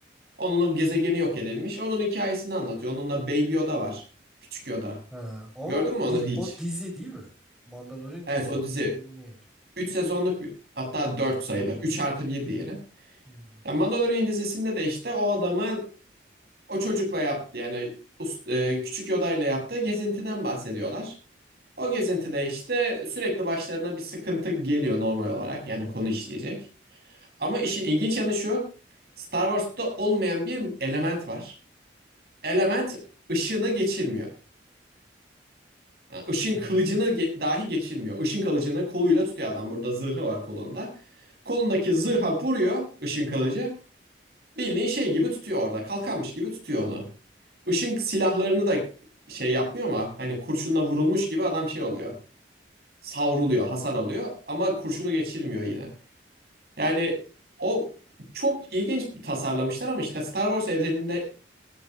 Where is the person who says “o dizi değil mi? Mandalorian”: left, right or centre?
Centre